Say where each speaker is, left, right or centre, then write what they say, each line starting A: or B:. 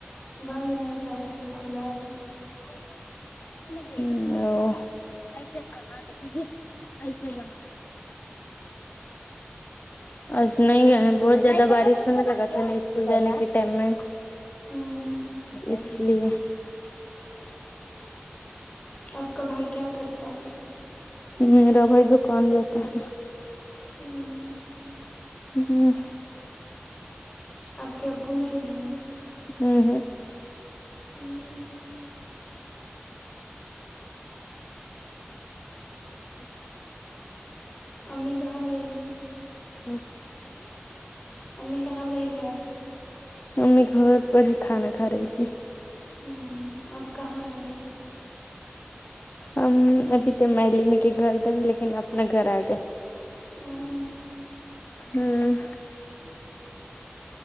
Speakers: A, on the left; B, on the left.
A: بند نہیں تھا اسکول کھلا ہے
B: <inaudible> ہوں آ
A: <inaudible>
B: آج نہیں گئے ہیں بہت زیادہ بارش ہونے لگا تھا نا اسکول جانے کے ٹائم میں
A: ہوں
B: اس لیے
A: <inaudible>
B: ہ <inaudible>
A: آپ کا بھائی کیا کرتا ہے
B: میرا بھائی دکان جاتا ہے
A: ہوں
B: جی
A: آپ کے ابو نہیں ہیں
B: ہے ہے
A: ہوں
B: ا
A: امی کہاں گئے ہیں
B: ہوں
A: امی کہاں گئی ہے
B: ممی گھر پر ہی کھانا کھا رہی تھی
A: ہوں اپ کہاں ہیں ابھی
B: ہم ابھی تو ملی میں کے گھر دیں لیکن اپنا گھر آ گئے
A: ہوں
B: ہوں
A: ج